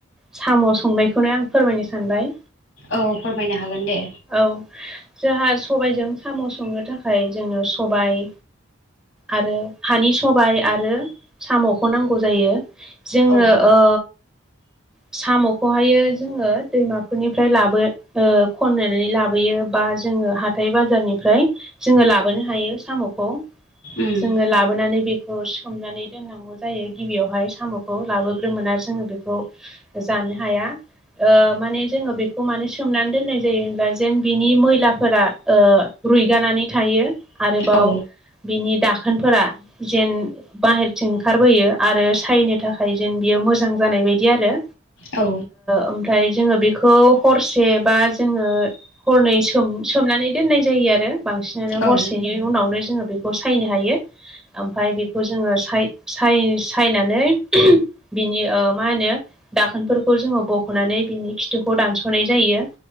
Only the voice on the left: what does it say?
औ फोरमायनो हागोन दे
औ
उम
औ
औ
औ